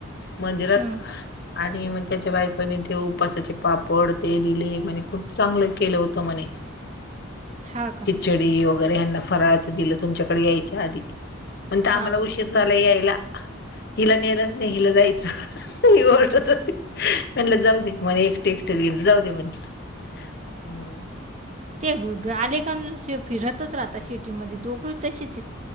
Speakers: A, on the left; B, on the right.
A: मंदिरात
B: हम्म,
A: आणि मग त्याच्या बायकणी तेव्हा उपासाचे पापड ते दिले म्हणे खूप चांगलं केलं होतं मणे
B: हा का
A: चडी वगैरे ह्यांना फराळाचं दिलं तुमच्याकडे यायच्या आधी, पण तर आम्हाला
B: हा
A: उशीर
B: का
A: - झाल यायला. हिला नेलच नाही, हिला जायचं- हे ओरडत होते. म्हणल जाऊ दे म्हणे एकटे एकटे गेल, जाऊ दे म्हणल. हम्
B: ते गलेक फिरतच राहता शेटीमध्ये दोघं तसेचच